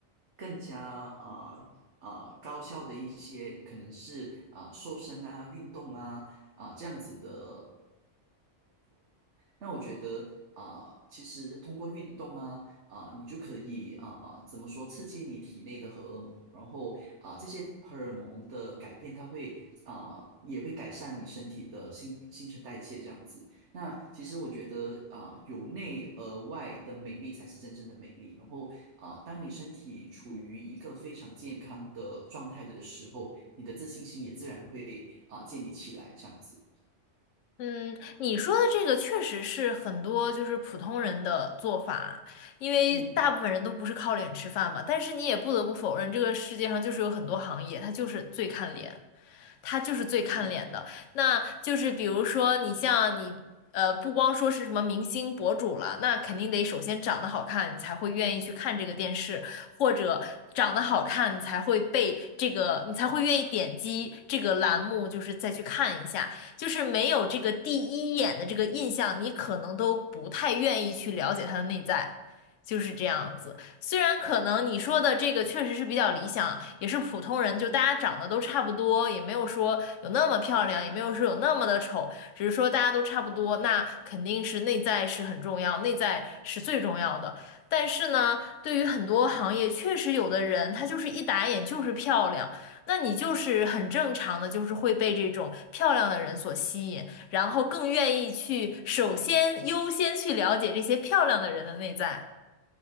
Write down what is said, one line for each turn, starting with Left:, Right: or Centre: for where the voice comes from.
Right: 更加啊啊高效的一些，可能是啊瘦身啊、运动啊啊这样子的。那我觉得啊、其实通过运动啊啊、你就可以啊、怎么说，刺激你体内的荷尔蒙，然后啊、这些荷尔蒙的改变，它会啊、也会改善你身体的新新陈代谢这样子。那其实我觉得啊、由内而外的美丽才是真正的美丽。然后啊、当你身体处于一个非常健康的状态的时候，你的自信心也自然会啊、建立起来这样子。
Left: 嗯，你说的这个确实是很多就是普通人的做法，因为大部分人都不是靠脸吃饭嘛。
Right: 嗯。
Left: 但是你也不得不否认，这个世界上就是有很多行业，它就是最看脸。他就是最看脸的。
Right: 嗯。
Left: 那就是比如说你像你，呃，不光说是什么明星博主了，那肯定得首先长得好看，你才会愿意去看这个电视，或者长得好看，你才会被这个，你才会愿意点击这个栏目，就是再去看一下。就是没有这个第一眼的这个印象，你可能都不太愿意去了解他的内在，就是这样子。虽然可能你说的这个确实是比较理想，也是普通人，就大家长得都差不多，也没有说有那么漂亮，也没有说有那么的丑，只是说大家都差不多，那肯定是内在是很重要，内在是最重要的。但是呢，对于很多行业，确实有的人他就是一打眼就是漂亮，那你就是很正常的，就是会被这种漂亮的人所吸引，然后更愿意去首先优先去了解这些漂亮的人的内在。